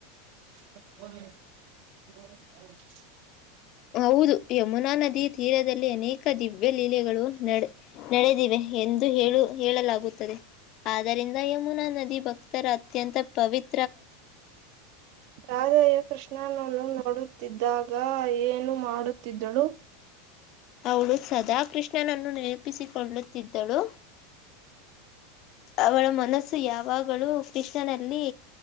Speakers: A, on the right; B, on the left.
A: <unintelligible>
B: ಹೌದು ಯಮುನಾ ನದಿ ತೀರದಲ್ಲಿ ಅನೇಕ ದಿವ್ಯಲೀಲೆಗಳು ನಡೆ ನಡೆದಿವೆ ಎಂದು ಹೇಳು ಹೇಳಲಾಗುತ್ತದೆ ಆದ್ದರಿಂದ ಯಮುನಾ ನದಿ ಭಕ್ತ ಉತ್ತರ ಅತ್ಯಂತ ಪವಿತ್
A: ರಾಧಾಯ ಕೃಷ್ಣ ನಾನಾನು ನೋಡುತ್ತಿದ್ದಾಗ ಏನು ಮಾಡುತ್ತಿದ್ದಳು
B: ಅವಳ ಸದಾ ಕೃಷ್ಣನನ್ನು ನೆ ತಪ್ಪಿಸಿಕೊಳ್ಳುತ್ತಿದ್ದಳು ಅವಳ ಮನಸ್ಸು ಯಾವಾಗಲೂ ಕೃಷ್ಣನಲ್ಲಿ